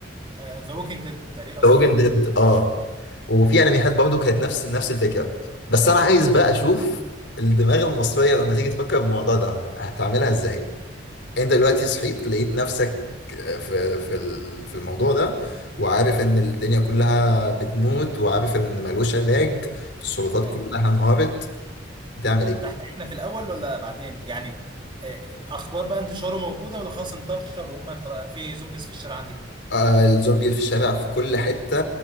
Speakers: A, on the right; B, on the left.
A: ذا ووكينج ديد تقريبا قصدك
B: ذا ووكينج
A: ده؟
B: ديد اه وفي انميات برضو كانت نفس نفس الفكرة بس انا عايز بقى اشوف الدماغ المصرية لما تيجي تفكر في الموضوع ده هتعملها ازاي انت دلوقتي صحيت لقيت نفسك آه، في في ال- في الموضوع ده وعارف ان الدنيا كلها بتموت وعارف ان ملوش علاج السلطات
A: آه،
B: كلها انهارت هتعمل ايه
A: ده إحنا في الأول ولا بعدين؟ يعني آه، آه، أخبار بقى انتشاره موجودة ولا خلاص انتشر وهم خلاص في زومبيز في الشارع عندي؟
B: آه الزومبي في الشارع في كل حتة